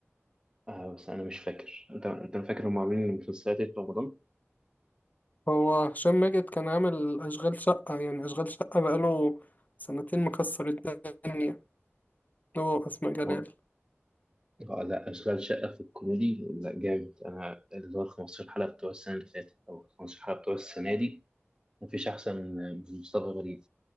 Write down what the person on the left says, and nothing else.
هو هشام ماجد كان عامل أشغال شقة يعني أشغال شقة بقاله سنتين مكسر الدنيا هو أسماء جلال